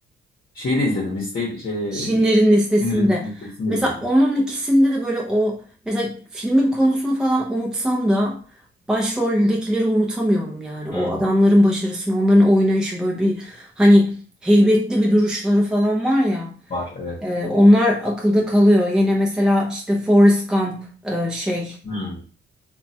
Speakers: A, on the left; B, in the centre.
A: Şeyi de izledim. Listeyi şey
B: şinlerin listesinde.
A: filmin listesini
B: Mesela
A: de izledim.
B: onun ikisinde de böyle o mesela filmin konusunu falan unutsam da başroldekileri unutamıyorum yani.
A: Hmm,
B: O adamların başarısını, onların oynayışı böyle bir hani heybetli bir duruşları falan var ya.
A: var evet.
B: e, onlar akılda kalıyor. Yine mesela işte Forrest Gump e, şey
A: Hmm,